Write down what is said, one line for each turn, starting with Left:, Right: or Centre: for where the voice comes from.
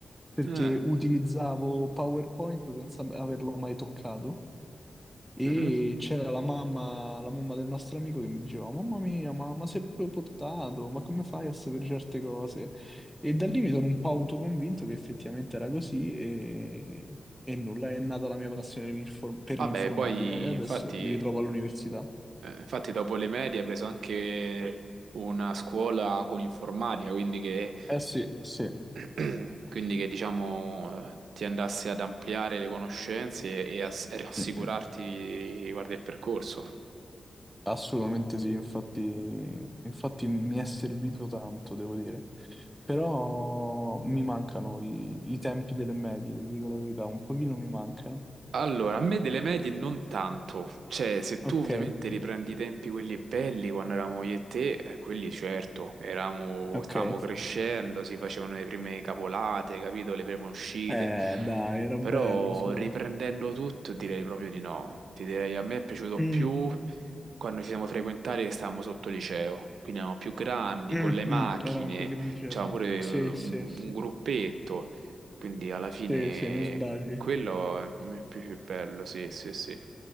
Centre: perché
Right: Eh,
Centre: utilizzavo PowerPoint senza averlo mai toccato. E
Right: mhm.
Centre: c'era la mamma, la mamma del nostro amico che mi diceva: Mamma mia, ma, ma sei proprio portato? Ma come fai a sapere certe cose? E da lì mi sono un po' autoconvinto che effettivamente era così, e, e nulla, è nata la mia passione per l'infor- per
Right: Vabbè,
Centre: l'informatica
Right: poi
Centre: e adesso
Right: infatti,
Centre: mi ritrovo all'università.
Right: eh, infatti dopo le medie hai preso anche una scuola con informatica, quindi che,
Centre: Eh sì, sì,
Right: <clears throat> quindi che diciamo ti andasse ad ampliare le conoscenze e a, e rassicurarti
Centre: Mm, mm.
Right: riguardo il percorso.
Centre: assolutamente sì, infatti, infatti mi è servito tanto, devo dire. Però mi mancano i, i tempi delle medie, ti dico la verità, un pochino mi mancano.
Right: Allora, a me delle medie non tanto, cioè se
Centre: Ok,
Right: tu ovviamente riprendi i tempi quelli belli quando eravamo io e te, eh, quelli certo, eravamo,
Centre: ok.
Right: stavamo crescendo, si facevano le prime capolate, capito, le prime uscite,
Centre: Eh, dai, era
Right: però
Centre: bello su.
Right: riprendendo tutto direi proprio di no, ti direi a me è piaciuto
Centre: Mm,
Right: più quando ci siamo frequentati e stavamo sotto liceo, quindi eravamo più grandi,
Centre: mm,
Right: con le macchine,
Centre: mm, Erano più grandicelli.
Right: c'avevamo pure
Centre: Sì,
Right: eh, un
Centre: sì, sì.
Right: un gruppetto. Quindi alla fine
Centre: Sì, sì, non sbagli.
Right: quello è il più bello, sì, sì, sì.